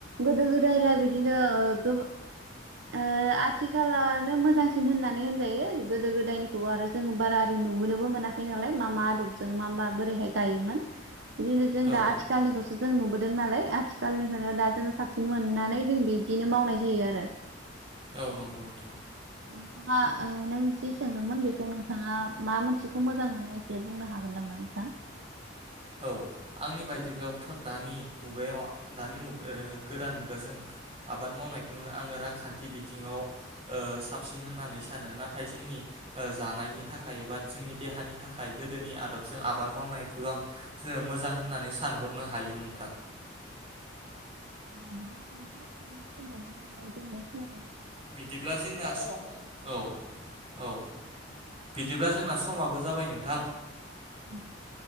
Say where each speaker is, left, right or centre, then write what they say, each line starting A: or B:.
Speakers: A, on the right; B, on the right.
A: गोदो गोदायलाय बिदिनो ओ गो ओ आद थिखालानो मोजांसिन होननानै होनजायो गोदो गोदायनिखौ आरो जोङो बारा ओरै नुबोनोबो मोनाखै नालाय मा मा आदबजों मा मा बोरैहाय गायोमोन बिदिनो जों
B: औ
A: दा आथिखालनिखौसो जों नुबोदों नालाय आथिखालनिखौनो दा जोङो साबसिन मोननानै जों बिदिनो मावनाय जायो आरो
B: औ नंगौ नोंथां
A: नोंथाङा ओ नों जि सोंदोंमोन बेखौ नोंथाङा मा मोनसेखौ मोजां मोनो एसे बुंनो हागोन नामा नोंथां?
B: औ आंनि बायदिब्लाबोथ' दानि मुगायाव दानि मुग ओ गोदान मुगाजों आबाद मावनायखौनो आङो रांखानथि थि बिथिङाव ओ साबसिन होननानै सा सानो नाथाय जोंनि ओ जानायनि थाखाय एबा जोंनि देहानि थाखाय गोदोनि आदबजों आबाद मावनायखौ आं मोजां होननानै सानहरनो हायो नोंथां
A: बिदिब्ला नोंथां जोंना समाबो जाबाय दोननोसै
B: बिदिब्ला जोंना स औ औ बिदिब्ला जो जोंना समाबो जाबाय नोंथां
A: ओम